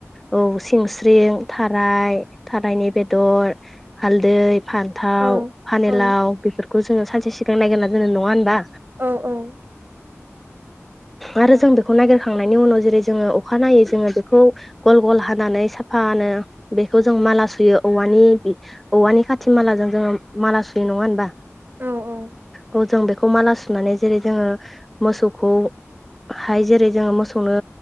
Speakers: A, in the centre; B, on the right.
A: औ सिंस्रिं थाराय थारायनि बेदर हालदै फान्थाव
B: औ
A: फानलाव
B: औ
A: बेफोरखौ जोङो सानसे सिगां नायगोनना जोो नङा होनबा
B: औ औ
A: आरो
B: दा
A: जों बेखौ नागिर थांनायनि उनाव जेरै जोङो अखा नायै जोङो बेखौ गल गल हानानै साफानो बेखौ जों माला सुयो औवानि औवानि खाथि मालाजों जोङो माला सुयो नङा होनबा
B: औ औ
A: औ जों बेखौ माला सुनानै जेरै जोङो मोसौखौ हाय जेरै जोङो मोसौनो